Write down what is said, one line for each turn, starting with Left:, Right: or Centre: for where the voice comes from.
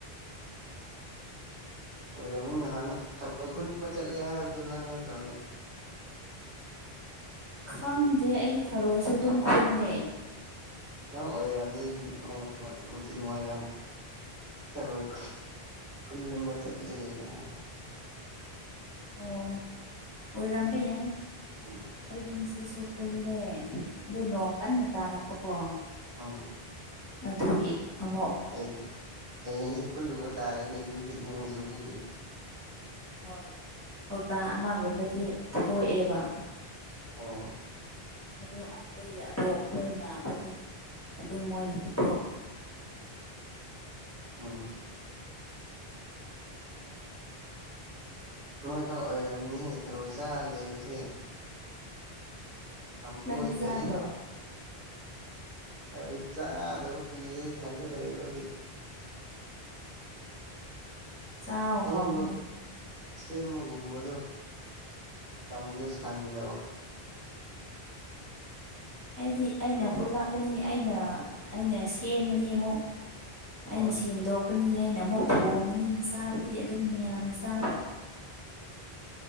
Right: ꯑꯣꯏꯔꯝꯅꯤ ꯅꯍꯥꯟꯅ ꯊꯔ‌ꯣꯏ ꯈꯨꯟꯕ ꯆꯠꯂꯦ ꯍꯥꯏꯕꯗꯨ ꯅꯪ ꯅꯠꯇ꯭ꯔꯣꯅꯦ
Left: ꯈꯪꯗꯦ ꯑꯩꯗꯤ ꯊꯥꯔꯣꯏꯁꯨ ꯑꯗꯨꯝ ꯈꯨꯜꯂꯦ
Right: ꯅꯪ ꯑꯣꯏꯔꯝꯅꯤ ꯅ‌ꯣꯡꯃ ꯅꯨꯡꯊꯤꯟ‌ꯋꯥꯏꯔꯝ ꯊꯔꯣꯏ ꯈꯨꯜ ꯈꯨꯟꯕ ꯆꯠꯂ‌ꯦꯅ ꯍꯥꯏ
Left: ꯑꯣ ꯑꯣꯏꯔꯝꯕ ꯌꯥꯏ
Right: ꯎꯝ
Left: ꯑꯩꯗꯤ ꯉꯁꯤꯁꯨ ꯈꯨꯜꯂꯦ ꯑꯗ‌ꯣ ꯅꯣꯡ ꯀꯟꯅ ꯇꯥꯔꯛꯄꯀꯣ
Right: ꯑ
Left: ꯑꯗꯨꯒꯤ ꯑꯃꯨꯛ
Right: ꯑꯩ ꯍꯌꯦꯡꯗꯩ ꯈꯨꯜꯂꯨꯕ ꯇꯥꯔꯦꯅꯦ ꯑꯗꯨꯗꯤ ꯅꯣꯡ ꯆꯨꯕꯒꯤ
Left: ꯍꯣꯏ ꯀꯧꯇꯥ ꯑꯃꯒꯨꯝꯕꯗꯤ ꯊꯣꯛꯑꯦꯕ
Right: ꯑꯣ
Left: ꯑꯗ‌ꯣ ꯑꯇꯩ ꯑꯕꯣꯛ ꯈꯣꯏꯅ ꯑꯩꯈ‌ꯣꯏꯗꯩ ꯑꯗꯨꯝ ꯃꯣꯏ ꯄꯤꯊꯣꯛꯈ꯭ꯔꯦ
Right: ꯑꯝ ꯅꯣꯏ ꯈꯛ ꯑꯣꯏꯔꯝꯅꯤ ꯊꯔꯣꯏ ꯆꯥꯔ ꯂꯩꯕꯁꯦ ꯌꯥꯝ ꯇꯣꯏꯈ꯭ꯔꯦ
Left: ꯅꯪꯗꯤ ꯆꯥꯗ꯭ꯔꯣ
Right: ꯊꯔ‌ꯣꯏ ꯆꯥꯗꯕ ꯀꯨꯏꯔꯦ ꯏꯊꯟꯗ ꯂꯩꯕꯒꯤ
Left: ꯆꯥꯎ
Right: ꯁꯦꯝꯕ
Left: ꯍꯥꯎꯕꯅꯦ
Right: ꯁꯦꯝꯕꯒꯨꯝꯕꯗꯣ ꯃꯇꯝꯗ‌ꯣ ꯁꯪꯗꯕ
Left: ꯑꯩꯗꯤ ꯑꯩꯅ ꯈꯨꯜꯂꯛꯀꯅꯤ ꯑꯩꯅ ꯑꯩꯅ ꯁꯦꯝꯒꯅꯤ ꯑꯃꯨꯛ
Right: ꯍꯣꯏ
Left: ꯑꯩꯅ ꯁꯦꯡꯗꯣꯛꯀꯅꯤ ꯑꯩꯅ ꯑꯃꯨꯛ ꯊꯣꯡꯒꯅꯤ ꯆꯥꯕꯗꯤ ꯑꯗꯨꯝ ꯃꯌꯥꯝꯅ ꯆꯥꯕ